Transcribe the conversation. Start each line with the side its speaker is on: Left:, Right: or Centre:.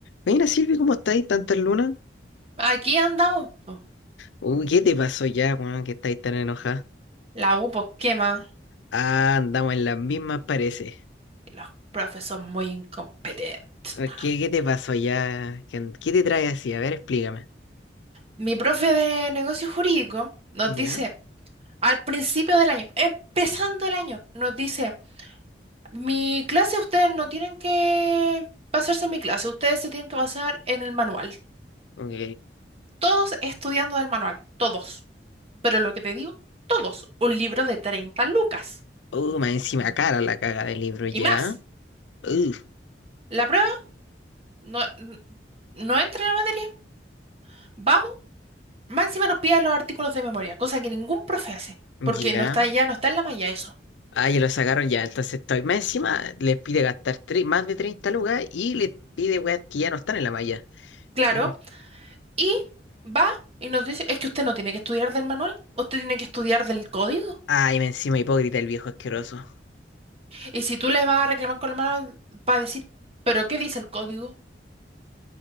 Left: Mira, Silvi, ¿cómo estáis? ¿Tantas lunas?
Right: Aquí andamos, po.
Left: Uy, ¿qué te pasó ya, weón, que estáis tan enojada?
Right: La U, pues, ¿qué más?
Left: Ah, andamos en las mismas, parece.
Right: Los profes son muy incompetentes,
Left: A ver,
Right: mano.
Left: ¿qué, qué te pasó ya? ¿Qué, qué te trae así? A ver, explícame.
Right: Mi profe de negocios jurídicos nos
Left: ¿Ya?
Right: dice, al principio del año, empezando el año, nos dice, mi clase ustedes no tienen que basarse en mi clase, ustedes se tienen que basar en el manual.
Left: Ok.
Right: Todos estudiando del manual, todos. Pero lo que te digo, todos. Un libro de 30 lucas
Left: Uh, más encima cara la caga del libro, ¿ya?
Right: y más.
Left: Uh,
Right: La prueba no, n- no entra en la materia. Vamos. Más encima nos pide los artículos de memoria, cosa que ningún profe hace, porque
Left: ya.
Right: no está, ya no está en la malla eso.
Left: Ah, ya lo sacaron ya, entonces estoy. Más encima les pide gastar tre- más de 30 lucas y les pide, weón, que ya no están en la malla.
Right: Claro.
Left: Mire.
Right: Y va y nos dice, es que usted no tiene que estudiar del manual, usted tiene que estudiar del código.
Left: Ay, más encima hipócrita el viejo asqueroso.
Right: Y si tú le vas a reclamar con el manual, va a decir, ¿pero qué dice el código?